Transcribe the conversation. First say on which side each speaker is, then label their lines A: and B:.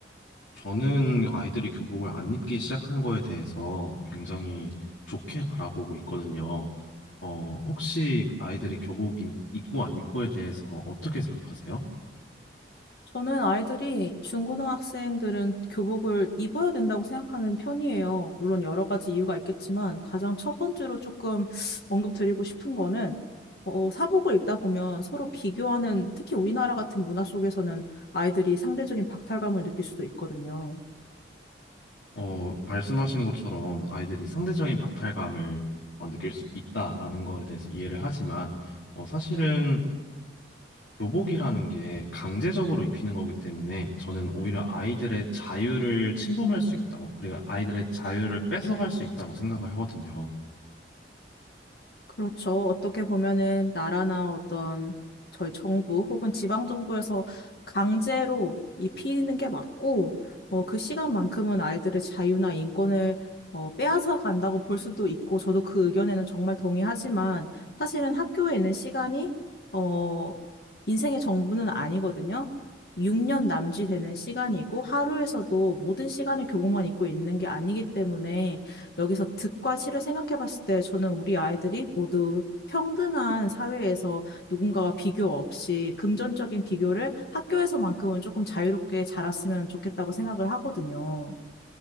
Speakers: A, on the left; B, on the left.
A: 저는 아이들이 교복을 안 입기 시작한 거에 대해서 굉장히 좋게 바라보고 있거든요. 어, 혹시 아이들이 교복 입- 입고 안 입고에 대해서 어떻게 생각하세요?
B: 저는 아이들이 중고등학생들은 교복을 입어야 된다고 생각하는 편이에요. 물론 여러 가지 이유가 있겠지만 가장 첫 번째로 조금 언급드리고 싶은 거는 어, 사복을 입다 보면 서로 비교하는 특히 우리나라 같은 문화 속에서는 아이들이 상대적인 박탈감을 느낄 수도 있거든요.
A: 어, 말씀하신 것처럼 아이들이 상대적인 박탈감을 어, 느낄 수 있다라는 거에 대해서 이해를 하지만 어, 사실은 교복이라는 게 강제적으로 입히는 거기 때문에 저는 오히려 아이들의 자유를 침범할 수 있다고, 그리고 아이들의 자유를 뺏어갈 수 있다고 생각을 하거든요.
B: 그렇죠. 어떻게 보면은 나라나 어떤 저희 정부 혹은 지방 정부에서 강제로 입히는 게 맞고, 어, 그 시간만큼은 아이들의 자유나 인권을 어, 빼앗아 간다고 볼 수도 있고, 저도 그 의견에는 정말 동의하지만, 사실은 학교에 있는 시간이, 어, 인생의 정부는 아니거든요. 6년 남짓 되는 시간이고, 하루에서도 모든 시간을 교복만 입고 있는 게 아니기 때문에, 여기서 득과 실을 생각해 봤을 때 저는 우리 아이들이 모두 평등한 사회에서 누군가와 비교 없이 금전적인 비교를 학교에서만큼은 조금 자유롭게 자랐으면 좋겠다고 생각을 하거든요.